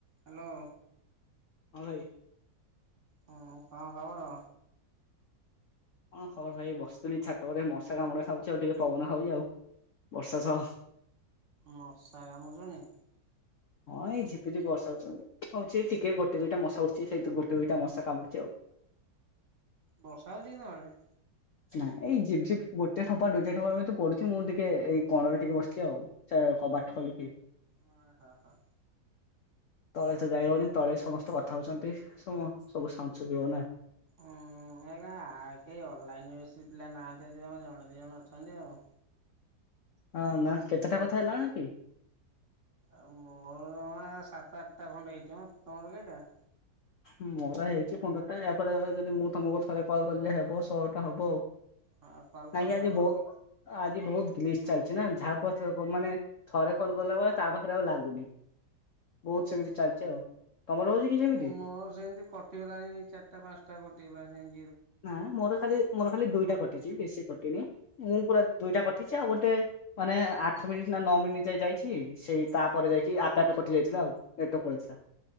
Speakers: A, on the right (about 45°); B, on the left (about 60°).
A: ହ୍ୟାଲୋ।
B: ହଁ ଭାଇ।
A: ହଁ କଣ ଖବର?
B: କଣ ଖବର ଭାଇ ବସିଥିଲି ଛାତ ଉପରେ ମଶା କାମୁଡ଼ା ଖାଉଛି ଆଉ ଟିକେ ପବନ ଖାଉଛି ଆଉ ବର୍ଷା ସ
A: ମଶା କାମୁଡୁଛନ୍ତି।
B: ହଁ ଏଇ ଝିପି ଝିପି ବର୍ଷା ହଉଚି ଆଉ ହଉଛି ଟିକେ ଗୋଟେ ଦୁଇଟା ମଶା ଉଡୁଛି ସେଇ ଦୁ ଗୋଟେ ଦୁଇଟା ମଶା କାମୁଛି ଆଉ।
A: ବର୍ଷା ହଉଚି କି ତମ ଆଡ଼େ?
B: ନା ଏଇ ଝିପ୍ ଝିପ୍ ଗୋଟେ ଠୋପା ଦୁଇଟା ଠୋପା ଏମିତି ତ ପଢୁଛି ମୁଁ ଟିକେ ଏଇ କୋଣରେ ଟିକେ ବସିଛି ଆଉ। କବାଟ ଖୋଲିକି?
A: ଅ ହ ହ।
B: ତଳେ ତ ଯାଇ ହବନି ତଳେ ସମସ୍ତେ କଥା ହଉଛନ୍ତି ସବୁ ସବୁ ସାଉଣ୍ଡ ଶୁଭିବ ନା!
A: ଉଁ ଏରା ଆ କେହି ଅଲଲାଇନ ବେଶୀ ପିଲା ନାହାନ୍ତି ଆଜି ଜମା ଜଣେ ଦି ଜଣ ଅଛ ଛନ୍ତି ଆଉ।
B: ହଁ ନା କେତେଟା କଥା ହେଲଣି କି?
A: ଆଉ ମୋର ଜମା ସାତ ଆଠଟା ଖଣ୍ଡେ ହେଇଥିବ ତମର କେଇଟା?
B: ମୋର ହେଇଛି ପନ୍ଦରଟା ୟା ପରେ ଯଦି ମୁଁ ତମକୁ ଥରେ କଲ୍ କଲେ ହେବ ଷୋହଳଟା ହବ ଆଉ।
A: ହଁ କଲ
B: କାହିଁକି
A: କରିଦବ?
B: ଆଜି ବହୁ ଆଜି ବହୁତ ଗ୍ଲିଚ ଚାଲିଛି ନା ଯାହାକୁ କଥା କୁହ ମାନେ ଥରେ କଲ ଗଲା ପରେ ତା ପାଖରେ ଆଉ ଲାଗୁନି। ବହୁତ ସେମିତି ଚାଲିଛି ଆଉ ତମର ହଉଛି କି ସେମିତି?
A: ମୋର ସେମିତି କଟିଗଲାଣି ଚାରିଟା ପାଞ୍ଚଟା କଟିଗଲା ସେମ
B: ନା ମୋର ଖାଲି ମୋର ଖାଲି ଦୁଇଟା କ ଟିଚି ବେଶୀ କଟିନି ମୁଁ ପୁରା ଦୁଇଟା କଟିଛି ଆଉ ଗୋଟେ ମାନେ ଆଠ ମିନିଟ୍ ନା ନଅ ମିନିଟ୍ ଯାଏ ଯାଇ ହେଇଚି ସେଇ ତାପରେ ଯାଇକି ଆପେ ଆପେ କଟି ଯାଇଥିଲା ଆଉ ନେଟୱାର୍କ ପଳେଇଥିଲା